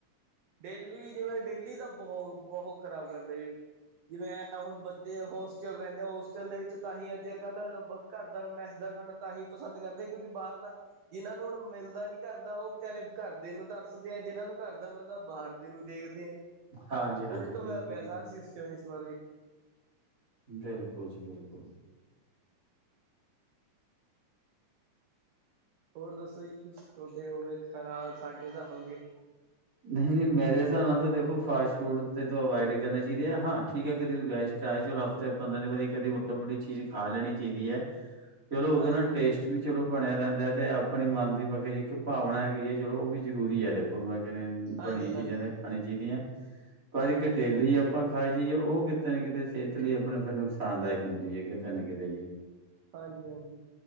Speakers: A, on the right; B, on the right.
A: ਡੇਲੀ ਜਿਵੇਂ ਡੇਲੀ ਤਾਂ ਬਹੁਤ ਬਹੁਤ ਖ਼ਰਾਬ ਕਰਦਾ ਏ ਜਿਵੇਂ ਐ ਹੁਣ ਬੱਚੇ ਹੋਸਟਲ ਰਹਿੰਦੇ, ਹੋਸਟਲ ਦੇ ਵਿੱਚ ਤਾਂਹੀ ਅੱਜ ਕੱਲ ਘਰ ਦਾ ਮੈਸ ਦਾ ਖਾਣਾ ਤਾਂ ਹੀਂ ਪਸੰਦ ਕਰਦੇ, ਕਿਉਂਕਿ ਬਾਹਰ ਲਾ ਜਿਹਨਾਂ ਨੂੰ ਹੁਣ ਮਿਲਦਾ ਨੀ ਘਰ ਦਾ, ਉਹ ਵਿਚਾਰੇ ਘਰ ਦੇ ਨੂੰ ਤਰਸਦੇ ਐ, ਜਿਹਨਾਂ ਨੂੰ ਘਰ ਦਾ ਮਿਲਦਾ ਬਾਹਰ ਦੇ ਨੂੰ ਦੇਖਦੇ ਐ,
B: ਹਾਂਜੀ ਹਾਂਜੀ
A: ਉਲਟ
B: ਬਿਲਕੁਲ
A: ਹੋਇਆ ਪਿਆ
B: ਜੀ
A: ਸਾਰ ਸਿਸਟਮ ਇਸ ਬਾਰੇ
B: ਬਿਲਕੁਲ ਜੀ ਬਿਲਕੁਲ
A: ਹੋਰ ਦੱਸੋ ਜੀ ਕੁਛ ਤੁਹਾਡੇ ਹੋਵੇ ਖਰਾਬ, ਸਾਡੇ ਦਾ ਹੋਗੇ
B: ਨਹੀਂ ਨਹੀਂ ਮੇਰੇ ਹਿਸਾਬ ਨਾਲ ਤਾਂ ਦੇਖੋ ਫਾਸਟ ਫੂਡ ਤੇ ਦੋ ਅਵਾਇਡ ਹੀ ਕਰਨੇ ਚਾਹੀਦੇ ਐ, ਹਾਂ ਠੀਕ ਹੈ ਕਦੇ ਗੈਸ ਚਲੋ ਹਫ਼ਤੇ ਪੰਦਰਾਂ ਦਿ ਦੀ ਕਦੀ ਮੋ ਮੋਟੀ ਚੀਜ਼ ਖਾ ਲੈਣੀ ਚਾਹੀਦੀ ਹੈ, ਚਲੋ ਉਦੋਂ
A: ਹਾਂਜੀ
B: ਨਾਲ ਟੇਸਟ ਵੀ ਚਲੋ ਬਣਿਆ ਰਹਿੰਦਾ ਹੈ, ਤੇ ਆਪਣੇ ਮਨ ਦੀ ਮੈਂ ਕੇਹਾ ਜੀ ਇਕ ਭਾਵਨਾ ਹੈਗੀ ਹੈ, ਚਲੋ ਉਹ ਵੀ ਜ਼ਰੂਰੀ ਹੈ ਦੇਖੋ ਮੈਂ ਬਣੀਆਂ
A: ਹਾਂਜੀ
B: ਚੀਜ਼ਾਂ
A: ਹਾਂਜੀ
B: ਤੇ ਖਾਣੀ ਚਾਹੀਦੀਆਂ, ਪਰ
A: ਹਾਂਜੀ
B: ਏ ਕਿ ਡੇਲੀ ਆਪਾਂ ਖਾਈ ਜਾਈਏ, ਉਹ ਕਿਤੇ ਨਾ ਕਿਤੇ ਸਿਹਤ ਲਈ ਆਪਣੇ ਫਿਰ ਨੁਕਸਾਨਦਾਇਕ ਹੁੰਦੀ ਹੈ ਕਿਤੇ ਨਾ ਕਿਤੇ ਜੀ
A: ਹਾਂਜੀ ਹਾਂਜੀ